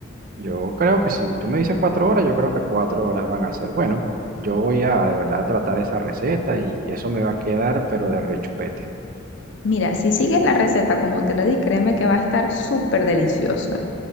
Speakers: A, on the right; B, on the left.
A: yo creo que si tú me dices 4 horas, yo creo que 4 horas van a ser. Bueno, yo voy a de verdad tratar esa receta y eso me va a quedar, pero de rechupete.
B: Mira, si sigues la receta como te lo di, créeme que va a estar súper deliciosa.